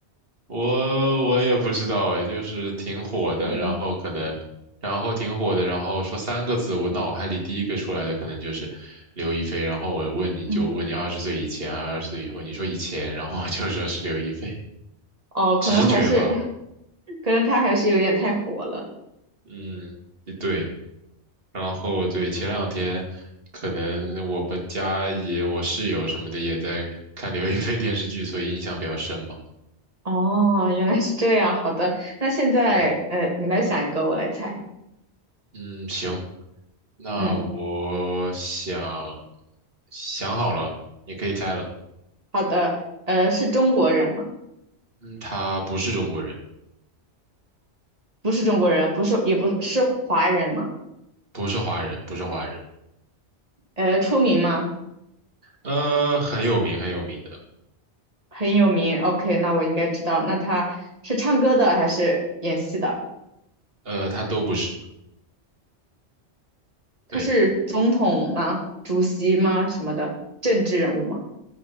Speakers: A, on the right; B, on the right.
A: 我我也不知道哎，就是挺火的，
B: 嗯
A: 然后可能，然后挺火的，然后说三个字，我脑海里第一个出来的可能就是刘亦菲，然后我问你就问你二十岁以前啊，
B: 嗯，
A: 二十岁以后，你说以前，然后我就说是刘亦菲，
B: 哦，可能还是，
A: 直觉吧，
B: <laughs> 可能他还是有点太火了。
A: 嗯，对，然后对，前两天可能我们家也我室友什么的也在看刘亦菲电视剧，所以印象比较深嘛，
B: 哦，原来是这样，好的，那现在呃，
A: 嗯
B: 你来想一个，我来猜。
A: 嗯，行，那我想
B: 嗯，
A: 想好了，你可以猜了。
B: 好的，呃，是中国人吗？
A: 嗯，他不是中国人，
B: 不是中国人，不是，也不是，是华人吗？
A: 不是华人，不是华人。
B: 呃，出名吗？
A: 呃，很有名，很有名的。
B: 很有名。OK，那我应该知道。那他是唱歌的还是演戏的？
A: 呃，他都不是。
B: 他是总统吗？
A: 对，
B: 主席吗？什么的？政治人物吗？